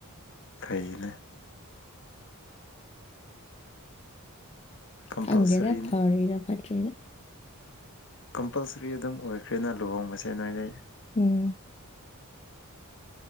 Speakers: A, on the left (about 55°); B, on the left (about 30°).
A: ꯐꯩꯅꯦ ꯀꯝꯄꯜꯁꯔꯤ
B: ꯈꯪꯒꯦꯗ ꯐꯔꯔ ꯐꯠꯇꯔꯤꯔ
A: ꯀꯝꯄꯜꯁꯔꯤ ꯑꯗꯨꯝ ꯑꯣꯏꯈ꯭ꯔꯦꯅ ꯂꯨꯍꯣꯡꯕꯁꯦ ꯅꯣꯏꯗ
B: ꯎꯝ